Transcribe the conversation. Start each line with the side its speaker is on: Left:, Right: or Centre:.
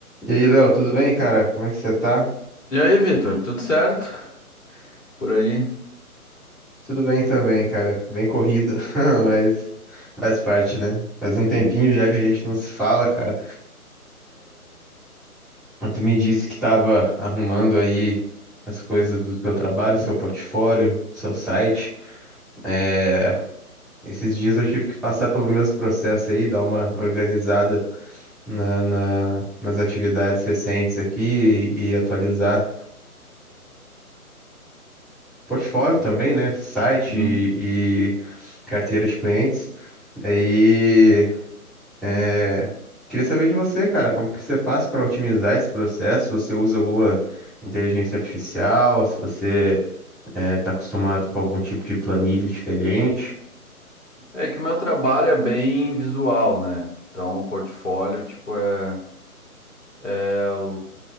Centre: E aí, Léo, tudo bem, cara? Como é que você tá?
Left: E aí, Vitor, tudo certo por aí?
Centre: Tudo bem também, cara. Bem corrido, <laughs> mas faz parte, né? Faz um tempinho
Left: Sim.
Centre: já que a gente não se fala, cara. Mas tu me disse que tava arrumando aí as coisas do teu trabalho, seu portfólio, seu site. É, Esses dias eu tive que passar pelo mesmo processo aí, dar uma organizada na- na- nas atividades recentes aqui e, e atualizar portfólio também, né? Site
Left: Sim.
Centre: e e carteira de clientes. Aí, é, queria saber de você, cara, como que você faz para otimizar esse processo? Você usa alguma inteligência artificial? Se você é, tá acostumado com algum tipo de planilha diferente?
Left: É que o meu trabalho é bem visual, né? Então, o portfólio, tipo, é, é o,